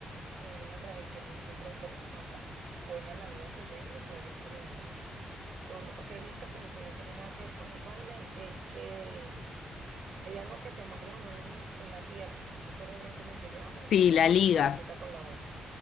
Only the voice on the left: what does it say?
Sí,
la
liga.